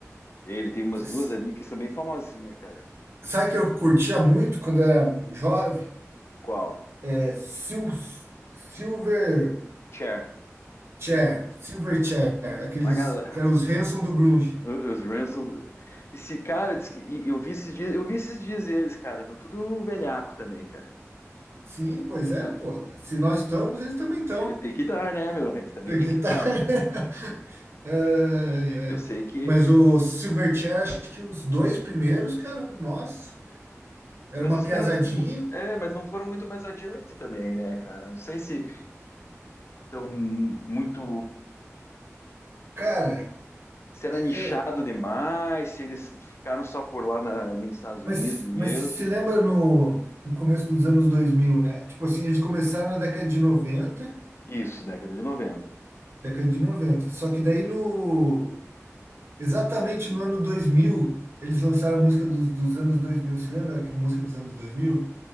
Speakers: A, on the left; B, on the right.
A: ele tem umas
B: S-
A: duas ali que são bem famosinhas, cara.
B: Sabe que eu curtia muito quando era jovem?
A: Qual?
B: É, Sil- Silver
A: Cher.
B: Chair, Silver
A: Gilbert.
B: Chair,
A: Cher.
B: aqueles
A: Uma galera.
B: que eram os Hanson do Grunge.
A: O- Os Ransom. Esse cara, diz que- e- eu vi esses dias, eu vi esses dias eles, cara. Estão tudo velhaco também, cara.
B: Sim, pois é,
A: Tu-
B: pô. Se nós estamos, eles também estão.
A: Tem que estar, né, meu? Eles também
B: Tem
A: tem
B: que
A: que
B: estar.
A: estar,
B: <laughs>
A: né?
B: Ai,
A: Eu
B: ai.
A: sei que.
B: Mas o Silverchair, acho que os dois primeiros, cara, nossa, era
A: Mas
B: uma
A: os
B: piazadinha.
A: caras. É, mas não foram muito mais adiante também, né, cara? Não sei se estão muito.
B: Cara,
A: Se era
B: é,
A: nichado
B: é,
A: demais, se eles ficaram só por lá na- ali nos Estados
B: Mas,
A: Unidos mesmo.
B: mas se lembra no, no começo dos anos dois mil né? Tipo assim, eles começaram na década de noventa
A: Isso, década de noventa.
B: década de noventa Só que daí no exatamente no ano dois mil eles lançaram a música dos, dos anos dois mil Se lembra que a música dos anos dois mil